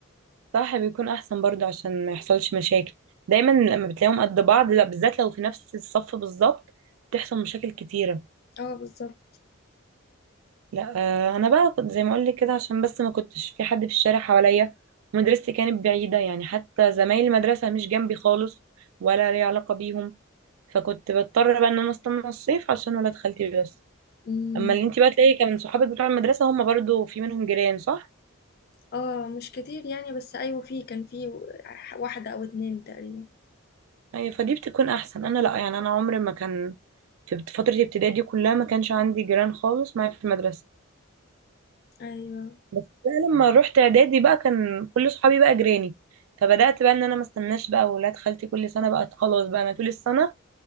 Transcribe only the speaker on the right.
صح بيكون احسن برضو عشان ما يحصلش مشاكل دايما لما بتلاقيهم قد بعض لا بالذات لو في نفس الصف بالظبط بتحصل مشاكل كتيرة
لا آه، انا بقى كنت زي ما اقول لك كده عشان بس ما كنتش في حد في الشارع حواليا ومدرستي كانت بعيدة يعني حتى زمايل المدرسة مش جنبي خالص ولا لي علاقة بيهم فكنت بضطر بقى ان انا استنى الصيف عشان ولاد خالتي بس
اما اللي انت بقى تلاقي كان صحابك بتوع المدرسة هم برضو في منهم جيران صح
أيوة فدي بتكون أحسن أنا لأ يعني أنا عمري ما كان في بت- فترة ابتدائي دي كلها ما كانش عندي جيران خالص معايا في المدرسة
بس بقى لما رحت إعدادي بقى كان كل صحابي بقى جيراني فبدأت بقى إن أنا ما استناش بقى ولاد خالتي كل سنة بقى خلاص بقى أنا طول السنة